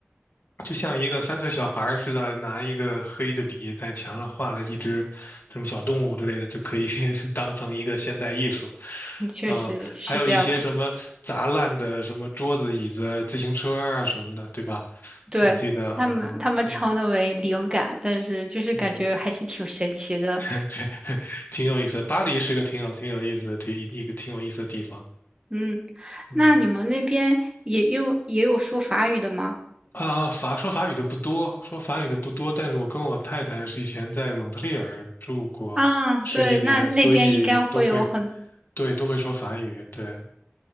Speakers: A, on the left (about 55°); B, on the right (about 20°).
A: 就像一个三岁小孩儿似的，拿一个黑的笔在墙上画了一只什么小动物之类的，就可以 <laughs> 当成一个现代艺术。
B: 嗯，确实是这样子的
A: 嗯，还有一些什么砸烂的什么桌子、椅子、自行车啊什么的，对吧？
B: 对，
A: 我记得，嗯嗯嗯
B: 他们他们称的为灵感，但是就是感觉还是挺神奇的。
A: 嗯，<laughs> 对，<laughs> 挺有意思的。巴黎是个挺有挺有意思的地，一个挺有意思的地方。
B: 嗯，
A: 嗯
B: 那你们那边也有也有说法语的吗？
A: 啊，法说法语的不多，说法语的不多。但是我跟我太太是以前在蒙特利尔住过十几年，
B: 啊，对，那那边应该会有很，
A: 所以都会，对，都会说法语。对，